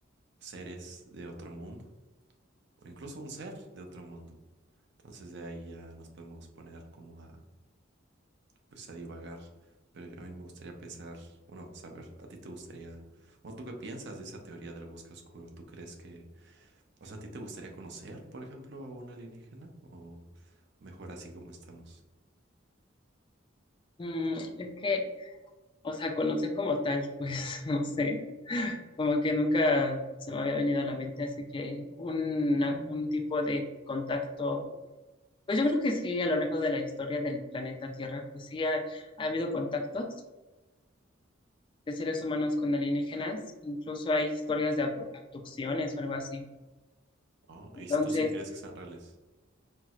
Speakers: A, on the right; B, on the left.
A: seres de otro mundo o incluso un ser de otro mundo. Entonces de ahí ya nos podemos poner como a, pues a divagar. Pero yo a mí me gustaría pensar, bueno, saber, a ti te gustaría, bueno, ¿tú qué piensas de esa teoría del bosque oscuro? ¿Tú crees que O sea, ¿a ti te gustaría conocer, por ejemplo, a un alienígena? ¿O mejor así como estamos?
B: Mm, es que O sea, conocer como tal, pues <laughs> no sé, como que nunca se me había venido a la mente, así que una- un tipo de contacto, pues yo creo que sí, a lo largo de la historia del planeta Tierra, pues sí ha, ha habido contactos de seres humanos con alienígenas, incluso hay historias de abdu- abducciones o algo así.
A: Oh,
B: Entonces,
A: ¿y si tú sí crees que sean reales?